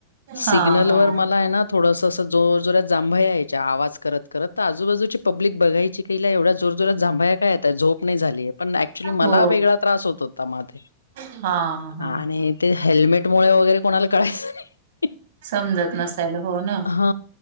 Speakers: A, on the right; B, on the left.
A: हा. हा. हा.
B: सिग्नल
A: हा.
B: वर मला हे ना थोडस अस जोर जोरात जांभया यायच्या. आवाज करत करत तर आजूबाजूची पब्लिक बघायची तिला एवढ जोरजोरात जांभया का झोप नाही झाली. पण ऍक्च्युली मला
A: हो.
B: वेगळा त्रास होत होता मात्र
A: हा. हा.
B: आणि
A: हा.
B: ते हेल्मेट मुळे वगैरे कोणाला कळायचं
A: समजत नसायला हो ना.
B: हा